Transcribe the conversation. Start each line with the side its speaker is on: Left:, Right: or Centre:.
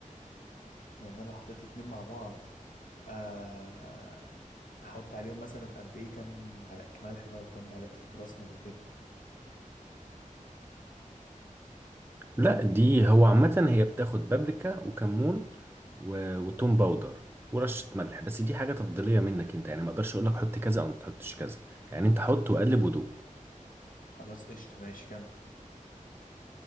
Left: يعني انا لو حطيت الاتنين مع بعض آه، احط عليهم مثلا قد ايه كام معلقه ملح بقى وكام معلقه فلفل اسمر وكده
Right: لا دي هو عامة هي بتاخد بابريكا وكمون و- وتوم باودر ورشة ملح بس دي حاجة تفضيلية منك انت يعني ما اقدرش اقول لك حط كذا او ما تحطش كذا يعني انت حط وقلب ودوق
Left: خلاص قشطه ماشي كمل